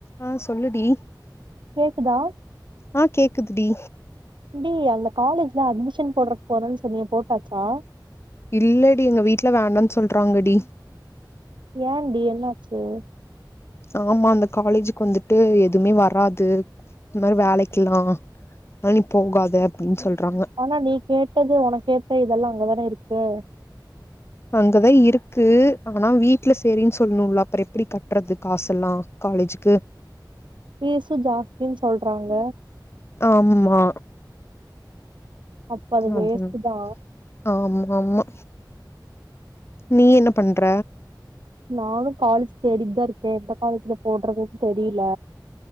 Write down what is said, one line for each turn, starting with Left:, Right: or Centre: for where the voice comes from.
Left: ஆ சொல்லுடி
Right: கேக்குதா
Left: ஆ கேக்குதுடி
Right: டி அந்த காலேஜ்ல அட்மிஷன் போடுறக் போறேன் சொன்னியே போட்டாச்சா
Left: இல்லடி எங்க வீட்ல வேணான் சொல்றாங்கடி
Right: ஏன்டி என்னாச்சு
Left: ஆமா அந்த காலேஜ்க்கு வந்துட்டு எதுமே வராது இந் மாரி வேலைக்கெல்லா அ நீ போகாத அப்படின் சொல்றாங்க
Right: ஆனா நீ கேட்டது உனக்கேத்த இதெல்லா அங்கதானே இருக்கு
Left: அங்கதா இருக்கு ஆனா வீட்ல சேரின் சொல்ணுன்ல அப்பற எப்படி கட்றது காசு எல்லா காலேஜ்க்கு
Right: பீஸ்சு ஜாஸ்தின் சொல்றாங்க
Left: ஆமா
Right: அப்ப அது
Left: அதா
Right: வேஸ்ட் தா
Left: ஆம் ஆமா நீ என்ன பண்ற
Right: நானு காலேஜ் தேடிட் தா இருக்கே எந்த காலேஜ்ல போற்றதுன் தெரில்ல